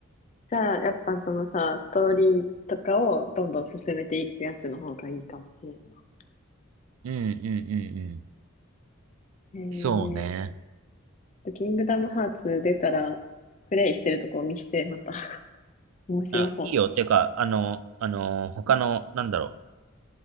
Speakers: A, on the left (about 35°); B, on the right (about 85°).
A: じゃあ、やっぱそのさ、ストーリーとかをどんどん進めていくやつの方がいいかもしれんな。
B: うんうんうんうん。
A: へえ
B: そうね。
A: ー。キングダムハーツ出たら、プレイしてるとこを見して、また。<laughs> 面白そ
B: あ、いいよ。ていうか、あの、あの、他の、なんだろう